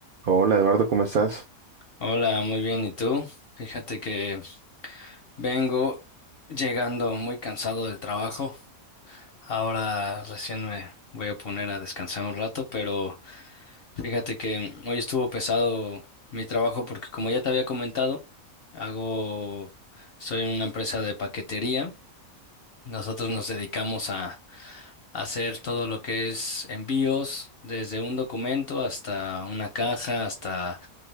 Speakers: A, on the right; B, on the left.
A: Hola Eduardo, ¿cómo estás?
B: Hola, muy bien. ¿Y tú? Fíjate que vengo llegando muy cansado del trabajo. Ahora recién me voy a poner a descansar un rato, pero fíjate que hoy estuvo pesado mi trabajo porque como ya te había comentado, hago, soy en una empresa de paquetería. Nosotros nos dedicamos hacer todo lo que es envíos, desde un documento hasta una caja, hasta